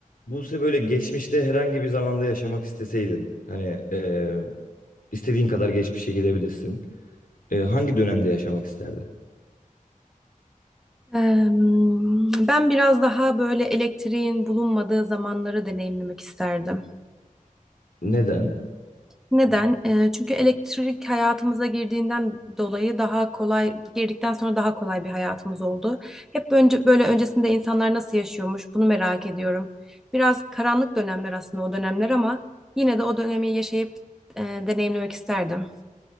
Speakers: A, on the left; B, in the centre.
A: Buse böyle geçmişte herhangi bir zamanda yaşamak isteseydin hani e, istediğin kadar geçmişe gidebilirsin. E, hangi dönemde yaşamak isterdin?
B: Em, Ben biraz daha böyle elektriğin bulunmadığı zamanları deneyimlemek isterdim.
A: Neden?
B: Neden? E, Çünkü elektrik hayatımıza girdiğinden dolayı daha kolay, girdikten sonra daha kolay bir hayatımız oldu. Hep önce böyle öncesinde insanlar nasıl yaşıyormuş bunu merak ediyorum. Biraz karanlık dönemler aslında o dönemler ama yine de o dönemi yaşayıp e, deneyimlemek isterdim.